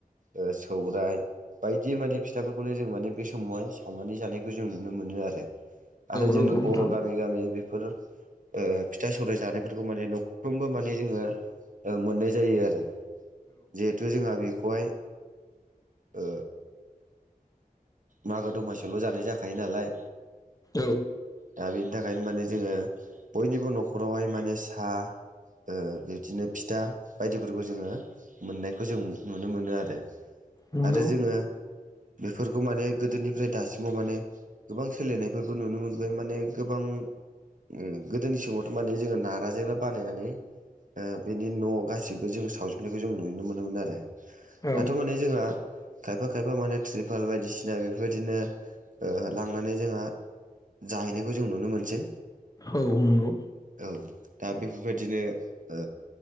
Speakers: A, on the right; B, on the left.
A: ओ सौरायाइ बायदि माने फिथाफोरखौनो जों माने बे समावहाय संनानै जानायखौ जों नुनो मोनो आरो आरो जोंनि
B: नंगौ नोंथां।
A: बर' गामि गामि बेफोर ओ फिथा सौराय जानायफोरखौ माने न'फ्रोमबो माने जोङो ओ मोननाय जायो आरो जिहेथु जोंहा बेखौहाय ओ मागो दमासि ल' जानाय जाखायो नालाय
B: औ
A: दा बे बिनि थाखायनो माने जोङो बयनिबो न'खरावहाय माने सा ओ बिबदिनो फिथा बायदिफोरखौ जोङो मोननायखौ जों नुनो मोनो आरो
B: नंगौ
A: आरो जोङो बेफोरखौ माने गोदोनिफ्राय दासिमाव माने गोबां सोलायनायफोरखौ नुनो मोनबाय माने गोबां ओम गोदोनि समावथ' माने जोङो नाराजोंनो बानायनानै ओ बेनि न' गासिबो जों सावजोबनायखौ जों नुनो मोनोमोन आरो
B: औ
A: माने जोंहा खायफा खायफा माने त्रिपाल बायदिसिना बेफोरबायदिनो ओ लांनानै जोंहा जाहैनायखौ जों नुनो मोनसै
B: औ नंगौ
A: औ दा बेफोरबायदिनो ओ